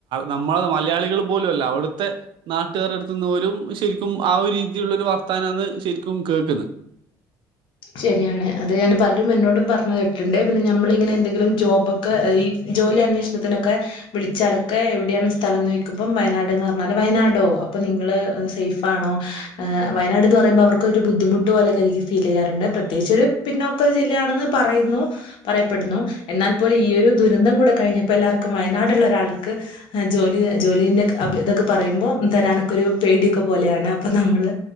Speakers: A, on the right; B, on the left.
A: നമ്മളെ മലയാളികളും വൂലല്ല. അവിടുത്തെ നാട്ടുകാർ എടുത്തുന്ന് പോലും ശരി ക്കും ആഹ് ഒരു രീതിലുള്ള ഒരു വർത്താനന്ന് ശരിക്കും കേൾക്കുന്നത്.
B: ശരിയാണ്. അത് ഞാന് പലരും എന്നോടും പറഞ്ഞു കേട്ടിട്ടുണ്ട്. പിന്നെ നഞമ്മളിങ്ങനെ എന്തെങ്കിലും ജോബൊക്കെ ഈ ജോലി അന്വേഷണത്തിനൊക്കെ വിളിച്ചാലൊക്കെ എവിടെയാണ് സ്ഥലം നോദിക്കുമ്പം. വയനാട്ന്ന് പറഞ്ഞാല് വയനാടോ അപ്പൊ നിങ്ങള് സേഫ് ഫാണോ. വയനാട് എന്ന് പറയുമ്പോ അവർക്കൊ ഒരു ബുദ്ധിമുട്ട് പോലൊക്കെ എനിക്ക് ഫീൽ ചെയ്യാറുണ്ട്. പ്രത്യേകിച്ച് ഒരു പിന്നൊ ക്ക ജില്ലയാണെന്ന് പറയുന്നു. പറയപ്പെടുന്നു. എന്നാൽ പോലും ഈ ഒരു ദുരന്തം കൂടെ കഴിഞ്ഞപ്പോ എല്ലാർക്കും വയനാടുള്ള ഒരാൾക്ക് ജോലി ജോലിന്റെ ഇതൊക്കെ പറയുമ്പോം തരാനൊക്കെ ഒരു പേടിയൊക്കെ പോലെയാണ്. അപ്പൊ നമ്മള്